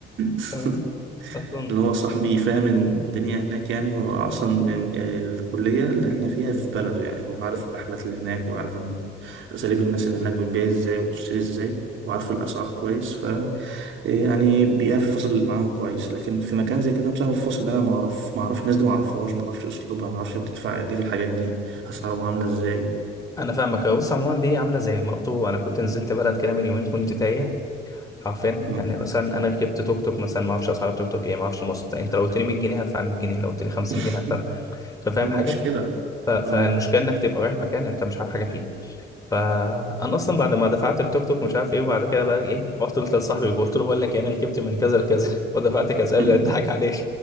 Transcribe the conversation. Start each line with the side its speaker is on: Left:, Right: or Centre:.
Right: <laughs>
Left: آه، اصلا
Right: اللي هو صاحبي فاهم الدنيا هناك يعني هو أصلا من الكلية اللي احنا فيها في بلده يعني هو عارف الرحلات اللي هناك وعارف إن أساليب الناس اللي هناك بتبيع ازاي وبتشتري ازاي وعارف الأسعار كويس ف يعني بيقف فاصل معاهم كويس لكن في مكان زي كده مش عارف الفاصل ده أنا ما أعرف ما أعرف الناس دي ما أعرفهاش ما أعرفش أسلوبها ما أعرفش بتدفع قد إيه في الحاجات دي أسعارهم عاملة ازاي
Left: انا فاهمك بص عموما دي عامله زي برضه انا كنت نزلت بلد كده من يومين كنت تايه حرفيا يعني
Right: مم.
Left: مثلا انا ركبت توك توك مثلا ما اعرفش اسعار التوك توك ايه ما اعرفش مواصلات إيه. انت لو قلت لي 100 جنيه هدفع 100 جنيه لو قلت لي 50
Right: <laughs>
Left: جنيه هدفع انت فاهم
Right: هو
Left: حاجه
Right: دي مشكلة
Left: ف... فالمشكله
Right: اه
Left: انك تبقى رايح مكان انت مش عارف حاجه فيه فانا اصلا بعد ما دفعت التوك توك مش عارف ايه وبعد كده بقى ايه رحت قلت لصاحبي قلت له بقول لك يعني انا ركبت من كذا لكذا <laughs> ودفعت كذا قال
Right: <laughs>
Left: لي اضحك عليك